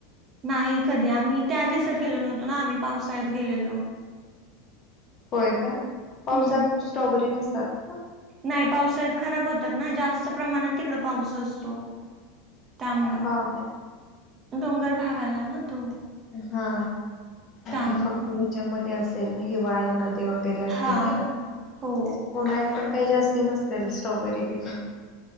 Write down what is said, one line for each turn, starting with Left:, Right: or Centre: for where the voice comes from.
Right: नाही कधी आम्ही त्या दिवसात गेलो नव्हतो ना आम्ही पावसाळ्यात गेलेलो
Left: होय का पावसात
Right: हम्म
Left: स्ट्रॉबेरी नसतात. का
Right: नाही पावसाळ्यात खराब होतात ना जास्त प्रमाणात तिकडं पाऊस असतो त्यामुळ
Left: हा हा
Right: डोंगर भाग आला ना तो.
Left: हा
Right: त्यामुळे
Left: ते फक्त हेच्यामध्ये असेल हिवाळ्यामध्ये. वगैरे असतील
Right: हा.
Left: हे ना
Right: हो.
Left: उन्हाळ्यात पण काही जास्ती नसत्याल स्ट्रॉबेरी तिथ.